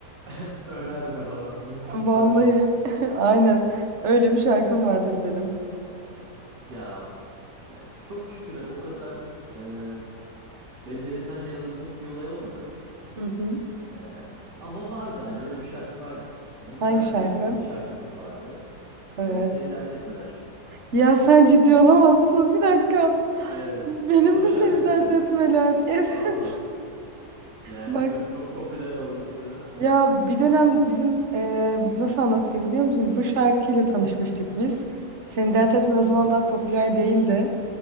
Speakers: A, on the right; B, on the right.
A: <laughs> Önerme bana mümkünse
B: <laughs> Vallahi
A: falan.
B: <laughs> aynen öyle bir şarkım vardır benim.
A: Ya, ya çok şükür o kadar e, beni derinden yaralayacak bir olay olmadı.
B: Hı hı.
A: E, ama vardı hani öyle bir şarkı vardı. Ya, bir kız
B: Hangi
A: arkadaşımla
B: şarkı?
A: bir şarkımız vardı.
B: Evet.
A: E, Seni Dert Etmeler.
B: Ya sen ciddi olamazsın. Bir dakika.
A: Evet.
B: Benim
A: O
B: de
A: şarkımız
B: seni dert
A: senin
B: etmeler.
A: de.
B: <laughs> Evet.
A: Ama yani
B: Bak
A: bilmiyorum çok popüler oldu bir dönem.
B: ya bir dönem bizim eee, nasıl anlatayım biliyor musun? Bu şarkıyla tanışmıştık biz. Seni dert etme
A: Hı hı.
B: o zaman daha popüler değildi.